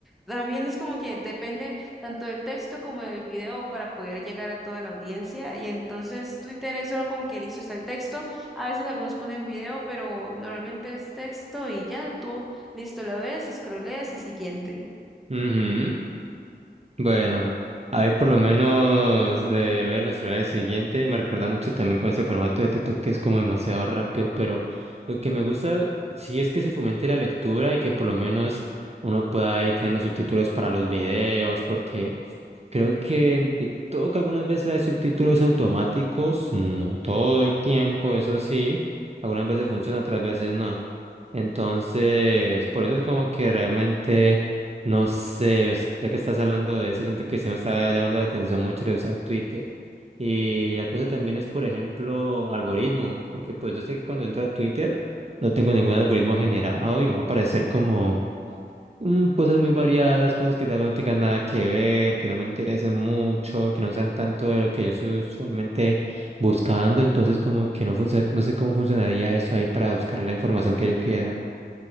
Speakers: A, in the centre; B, on the right.
A: también es como que depende tanto del texto como del video para poder llegar a toda la audiencia y entonces Twitter es solo como que listo está el texto, a veces algunos ponen video, pero normalmente es texto y ya tú listo lo ves, scrolleas y siguiente.
B: Ujú. Bueno, ahí por lo menos de ver los horarios siguientes, me recuerda mucho también con ese formato de TikTok que es como demasiado rápido, pero lo que me gusta sí es que se fomente la lectura y que por lo menos uno pueda ahí tener los subtítulos para los videos, porque creo que en TikTok algunas veces hay subtítulos automáticos, no todo el tiempo, eso sí, algunas veces funciona, otras veces no. Entonces, por eso es como que realmente, no sé, es- ya que estás hablando de eso, siento que sí me está llamando la atención mucho de usar Twitter. Y la cosa también es, por ejemplo, algoritmo, porque pues yo sé que cuando entro a Twitter no tengo ningún algoritmo generado y me va a aparecer como mm, cosas muy variadas, cosas que tal vez no tengan nada que ver, que no me interesen mucho, que no sean tanto de lo que yo estoy usualmente buscando, entonces como que no, func- no sé cómo funcionaría eso ahí para buscar la información que yo quiera.